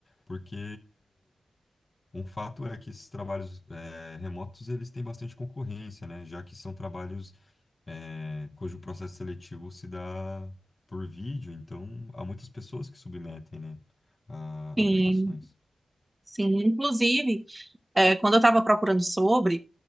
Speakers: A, on the left (about 30°); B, on the right (about 25°).
A: Porque um fato é que esses trabalhos eh, remotos eles têm bastante concorrência, né? Já que são trabalhos é, cujo processo seletivo se dá por vídeo, então há muitas pessoas que submetem, né, a
B: Sim,
A: aplicações.
B: sim. Inclusive, é, quando eu estava procurando sobre,